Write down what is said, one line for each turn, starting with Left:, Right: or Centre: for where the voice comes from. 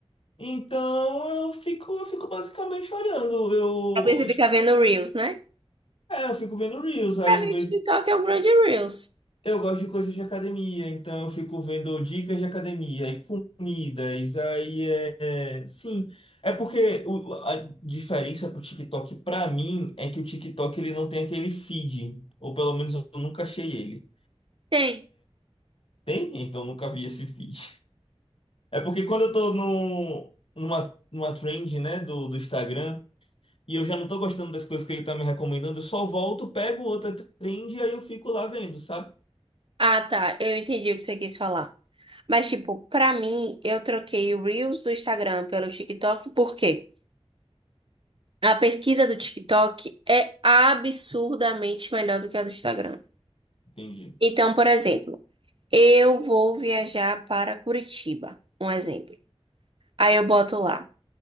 Left: Então eu fico, eu fico basicamente olhando. Eu,
Right: Porque você fica vendo Reels, né?
Left: é, eu fico vendo Reels, aí
Right: Pra
Left: eu
Right: mim,
Left: vejo.
Right: o TikTok é um grande Reels.
Left: Eu gosto de coisas de academia, então eu fico vendo dicas de academia e comidas. Aí é, é, sim. É porque o- a diferença pro TikTok pra mim é que o TikTok ele não tem aquele feed, ou pelo menos eu nunca achei ele.
Right: Tem.
Left: Tem? Então eu nunca vi esse feed. É porque quando eu tô no, numa, numa trend, né, do, do Instagram, e eu já não tô gostando das coisas que ele tá me recomendando, eu só volto, pego outra trend e aí eu fico lá vendo, sabe?
Right: Ah, tá. Eu entendi o que você quis falar. Mas, tipo, pra mim, eu troquei o Reels do Instagram pelo TikTok, por quê? A pesquisa do TikTok é absurdamente melhor do que a do Instagram.
Left: Entendi.
Right: Então, por exemplo, eu vou viajar para Curitiba. Um exemplo. Aí eu boto lá.